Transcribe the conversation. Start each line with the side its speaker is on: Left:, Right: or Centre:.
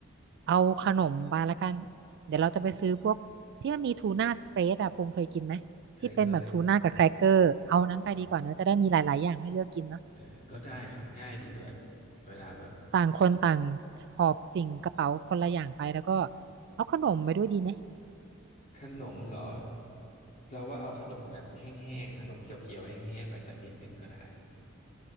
Right: เอาขนมไปแล้วกันเดี๋ยวเราจะไปซื้อพวกที่มันมีทูน่าสเปรดอะพงเคยกินไหมที่เป็นแบบทูน่ากับแครกเกอร์เอานั้นไปดีกว่าเนอะจะได้มีหลาย
Left: เคยเคยเออ
Right: ๆ อย่างให้เลือกกินเนอะ
Left: เออก็ได้ครับง่ายดีด้วยเวลาแบบ
Right: ต่างคนต่างหอบสิ่งกระเป๋าคนละอย่างไปแล้วก็เอาขนมไปด้วยดีไหม
Left: ขนมเหรอเราว่าเอาขนมแบบแห้งๆขนมเคี้ยวๆแห้งๆไปสักนิดหนึ่งก็ได้